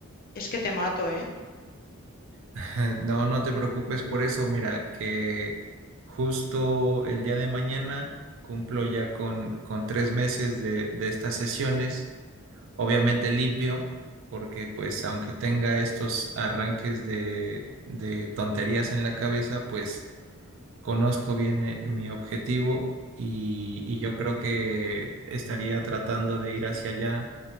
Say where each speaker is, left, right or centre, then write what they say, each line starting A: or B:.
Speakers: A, on the left; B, on the right.
A: es que te mato, ¿eh?
B: <laughs> No, no te preocupes por eso. Mira, que justo el día de mañana cumplo ya con, con tres meses de, de estas sesiones. Obviamente limpio, porque pues aunque tenga estos arranques de, de tonterías en la cabeza, pues conozco bien eh, mi objetivo y, y yo creo que estaría tratando de ir hacia allá